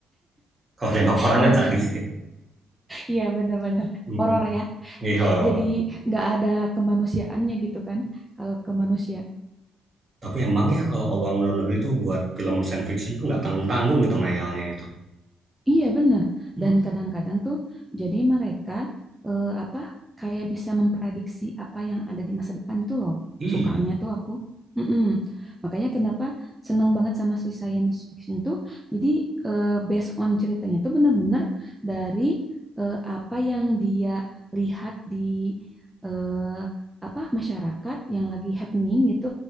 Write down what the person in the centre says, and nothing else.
Iya,
iya benar-benar
horor ya.
Jadi nggak ada kemanusiaannya gitu kan? Kalau kemanusiaan.
Iya benar.
Dan kadang-kadang tuh jadi mereka eh, apa kayak bisa memprediksi apa yang ada di masa depan itu loh.
Sukanya tuh aku. Mm-mm. Makanya kenapa seneng banget sama si science fiction tuh. Jadi eh, based on ceritanya tuh benar-benar dari eh, apa yang dia lihat di eh, apa masyarakat yang lagi happening gitu